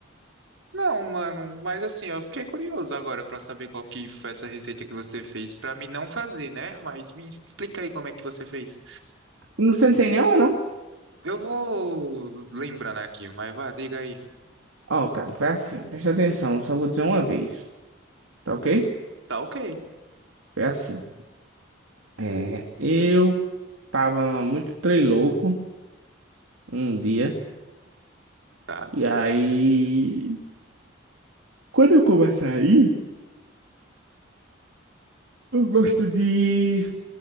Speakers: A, on the right; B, on the right.
A: Não, mano, mas assim, eu fiquei curioso agora para saber qual que foi essa receita que você fez para mim não fazer, né? Mas me explica aí como é que você fez.
B: Não você não tem nenhuma, não?
A: Eu vou lembrando aqui, mas vá, diga aí.
B: Ó, cara, foi assim. Presta atenção, eu só vou dizer uma vez, tá ok?
A: Tá ok,
B: Foi assim. É, eu tava muito trei louco. um dia.
A: tá?
B: E aí, quando eu começo a ir eu gosto de